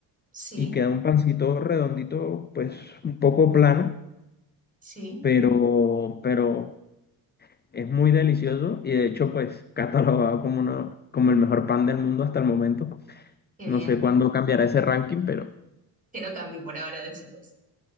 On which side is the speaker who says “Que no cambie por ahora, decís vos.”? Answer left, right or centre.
Right